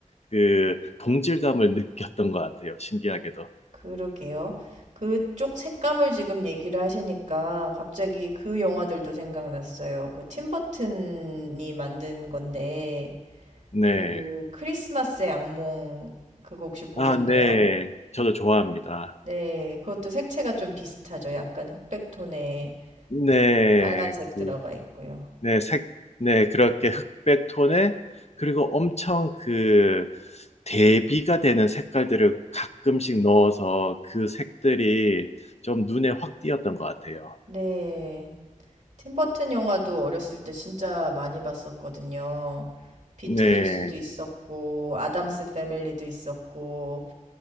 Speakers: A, on the left; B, on the right.
A: 그 동질감을 느꼈던 것 같아요. 신기하게도.
B: 그러게요. 그쪽 색감을 지금 얘기를 하시니까 갑자기 그 영화들도 생각났어요. 그 팀버튼이 만든 건데
A: 네.
B: 그 크리스마스의 악몽 그거 혹시 보셨나요?
A: 아, 네.
B: 음.
A: 저도 좋아합니다.
B: 네, 그것도 색채가 좀 비슷하죠. 약간 흑백 톤에
A: 네.
B: 빨간색
A: 그,
B: 들어가 있고요.
A: 네, 색, 네, 그렇게 흑백 톤에 그리고 엄청 그 대비가 되는 색깔들을 가끔씩 넣어서 그 색들이 좀 눈에 확 띄었던 것 같아요.
B: 네, 팀버튼 영화도 어렸을 때 진짜 많이 봤었거든요. 비틀주스도
A: 네.
B: 있었고 아담스 패밀리도 있었고